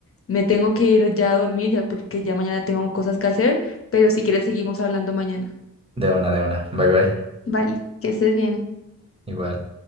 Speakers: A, on the left; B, on the right.
A: Me tengo que ir ya a dormir ya porque ya mañana tengo cosas que hacer, pero si quieres seguimos hablando mañana.
B: De una, de una. Bye bye.
A: Vale, que estés bien.
B: Igual.